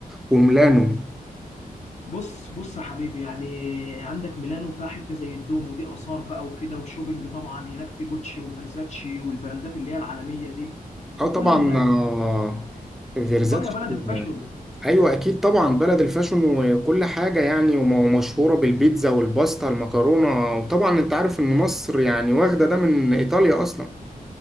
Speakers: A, in the centre; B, on the left (about 50°).
A: وميلانو
B: بص بص يا حبيبي يعني عندك ميلانو فيها حته زي الدوم ودي اثار بقى وكده وشوبينج طبعا هناك في جوتشي وفيرزاتشي والبراندات اللي هي العالميه دي
A: اه
B: وكل
A: طبعا
B: اللي
A: آه، فيرزاتشي
B: ايطاليا بلد الفاشون
A: ايوه اكيد طبعا بلد الفاشون وكل حاجه يعني ومشهوره بالبيتزا والباستا المكرونه وطبعا انت عارف ان مصر يعني واخده ده من ايطاليا اصلا